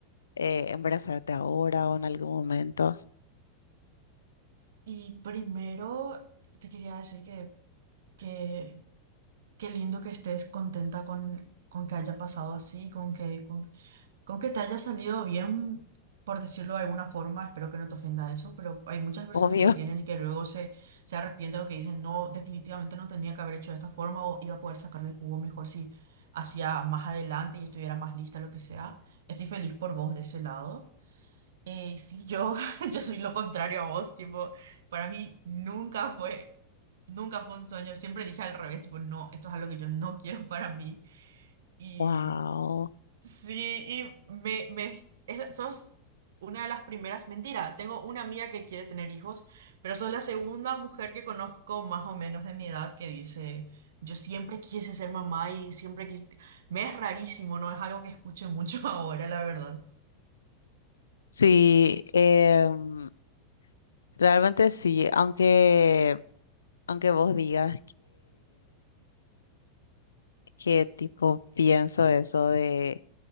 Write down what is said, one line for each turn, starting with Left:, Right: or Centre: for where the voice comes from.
Left: eh, embarazarte ahora o en algún momento.
Right: Y primero te quería decir que, que qué lindo que estés contenta con, con que haya pasado así, con que, con, con que te haya salido bien, por decirlo de alguna forma. Espero que no te ofenda eso, pero hay muchas personas
Left: Obvio.
Right: que tienen y que luego se, se arrepienten o que dicen, no, definitivamente no tenía que haber hecho de esta forma o iba a poder sacarle el jugo mejor si hacía más adelante y estuviera más lista, lo que sea. Estoy feliz por vos de ese lado. Eh, sí, yo, <laughs> yo soy lo contrario a vos, tipo, para mí nunca fue, nunca fue un sueño, siempre dije al revés, tipo, no, esto es algo que yo no quiero <laughs> para mí. Y
Left: Wow.
Right: sí, y me, me, es la- sos una de las primeras, mentira, tengo una amiga que quiere tener hijos, pero sos la segunda mujer que conozco más o menos de mi edad que dice, yo siempre quise ser mamá y siempre quise, me es rarísimo, no es algo que escuche mucho <laughs> ahora, la verdad.
Left: Sí, em, realmente sí, aunque, aunque vos digas que tipo pienso eso de,